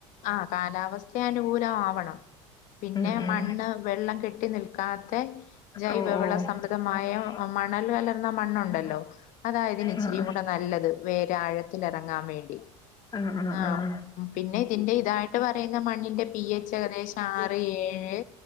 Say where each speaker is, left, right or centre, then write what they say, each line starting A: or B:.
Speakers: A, on the left; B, on the left.
A: ആ കാലാവസ്ഥ അനുകൂലമാവണം പിന്നെ
B: ഉം ഉം
A: മണ്ണ് വെള്ളം കെട്ടി നിൽക്കാതെ ജൈവവള
B: ഓഹ് ഓഹ്
A: സംബധമായ
B: ആഹ്
A: മണല് കലർന്ന മണ്ണുണ്ടല്ലോ
B: ആഹ്
A: അതായതിച്ചിരി
B: ആഹ് ആഹ് ആഹ് ആഹ് ആഹ്
A: കൂടെ നല്ലത്. വേറെ ആഴത്തിൽ എറങ്ങാൻ വേണ്ടി
B: ആഹ്
A: ആ പിന്നെ ഇതിൻ്റെ ഇതായ്ട്ട് പറയുന്ന മണ്ണിന്റെ പി എച്ച് ഏകദേശം ആറ്, ഏഴ്,